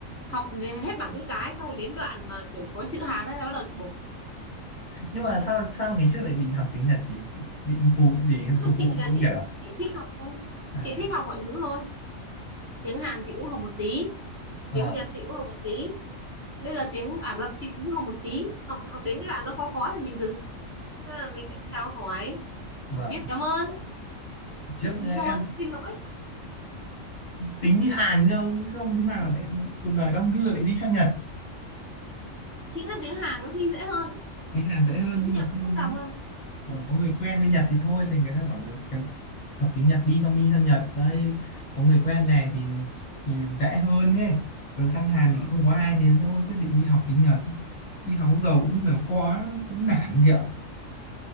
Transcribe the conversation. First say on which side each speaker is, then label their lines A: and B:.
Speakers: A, on the right; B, on the left.
A: học đến hết bảng chữ cái xong rồi đến đoạn mà kiểu có chữ Hán ấy là bắt đầu chị bổ
B: nhưng mà sao sao ngày trước lại định học tiếng Nhật thì định phục để
A: Chứ không
B: phục vụ
A: chị là
B: công
A: chị
B: việc
A: chị thích học thôi
B: à
A: chị thích học ngoại ngữ thôi tiếng Hàn chị cũng học một tí
B: à
A: tiếng Nhật chị cũng học một tí bây giờ tiếng Ả Rập chị cũng học một tí học học đến cái đoạn nó khó khó thì mình dừng Thế là mình biết chào hỏi
B: vâng
A: biết cảm ơn
B: trước
A: thế thôi
B: em
A: xin lỗi
B: tính đi Hàn cơ xong thế nào lại cuộc đời đong đưa lại đi sang Nhật
A: chính là tiếng Hàn có khi dễ hơn ấy.
B: đi Hàn dễ hơn
A: tiếng
B: nhưng
A: Nhật
B: mà xong
A: nó phức tạp hơn đấy
B: bảo có người quen bên Nhật thì thôi thì người ta bảo là học tiếng Nhật đi xong đi sang Nhật đây có người quen này thì, thì dễ hơn ấy còn sang Hàn
A: Ờ,
B: thì không có ai thế thôi quyết định đi học tiếng Nhật đi học lúc đầu
A: ờ.
B: cũng là khó cũng nản chị ạ